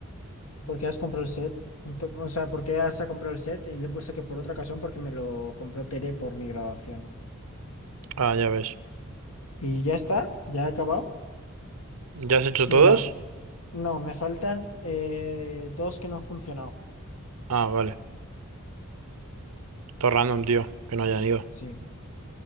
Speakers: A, on the left; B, on the right.
A: ¿Por qué has comprado el set? Ento- o sea, ¿por qué has comprado el set? Y le he puesto que por otra ocasión porque me lo compró Tere por mi graduación.
B: Ah, ya ves.
A: Y ya está, ya he acabado.
B: ¿Ya has hecho todos?
A: Mira, no, me faltan eh, dos que no han funcionado.
B: Ah, vale. Todo random, tío, que no hayan ido.
A: Sí.